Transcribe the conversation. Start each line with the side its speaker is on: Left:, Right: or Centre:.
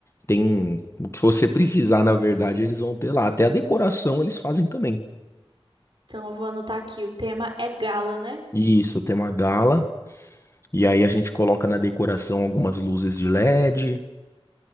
Left: tem o que você <laughs> precisar, na verdade, eles vão ter lá. Até a decoração eles fazem também.
Right: Então eu vou anotar aqui, o tema é gala, né?
Left: Isso, tem uma gala E aí a gente coloca na decoração algumas luzes de LED